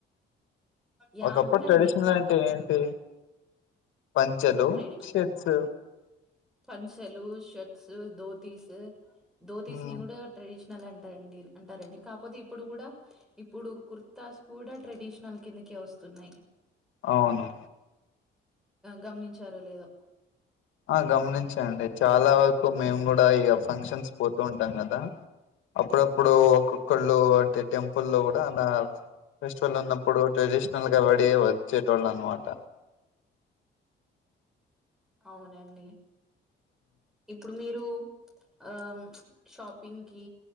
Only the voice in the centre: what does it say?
యా
అవునండి
కాకపోతే
ట్రెడి
పంచలు షర్ట్స్ ధోతీస్ దోతీసు
ని కూడా ట్రెడిషనల్ అంట అంటడి అంటారండి కాకపోతే ఇప్పుడు కూడా ఇప్పుడు కుర్తాస్ కూడా ట్రెడిషనల్ కిందకే వస్తున్నాయి
గమనించారో లేదో
అవునండి ఇప్పుడు మీరు ఆ షాపింగ్ కి